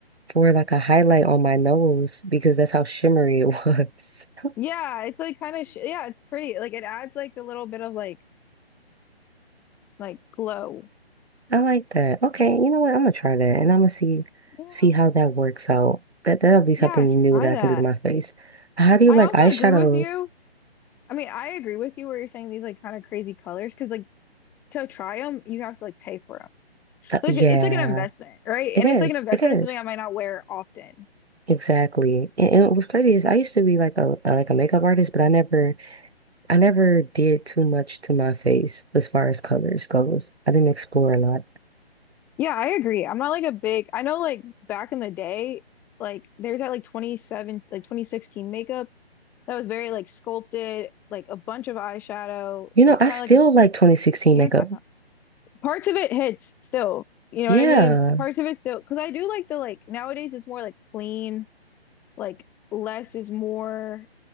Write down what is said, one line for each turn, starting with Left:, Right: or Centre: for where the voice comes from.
Right: for like a highlight on my nose because that's how shimmery it was. <laughs>
Centre: yeah, it's like kind of, sh yeah, it's pretty. Like, it adds like the little bit of like, like glow,
Right: I like that. Okay, you know what? I'm gonna try that and I'm gonna see
Centre: you know?
Right: see how that works out. That that'll be something
Centre: Yeah, try
Right: new that I
Centre: that.
Right: can do to my face. How do you
Centre: I
Right: like
Centre: also
Right: eyeshadows?
Centre: agree with you. I mean, I agree with you where you're saying these like kind of crazy colors because like to try them, you have to like pay for them.
Right: Uh,
Centre: So
Right: yeah,
Centre: like, it's like an investment, right? And
Right: it is.
Centre: it's like an investment
Right: It is.
Centre: of something I might not wear often.
Right: Exactly. And, and what's crazy is I used to be like a uh, like a makeup artist, but I never I never did too much to my face as far as colors goes. I didn't explore a lot.
Centre: Yeah, I agree. I'm not like a big, I know like back in the day, like there's that like 27, like 2016 makeup that was very like sculpted, like a bunch of eyeshadow,
Right: You know,
Centre: like
Right: I
Centre: kind
Right: still
Centre: of like a, s-
Right: like 2016
Centre: you
Right: makeup.
Centre: know what I'm talking about. Parts of it hits still, you know
Right: Yeah.
Centre: what I mean? Parts of it still, because I do like the like nowadays it's more like clean, like less is more,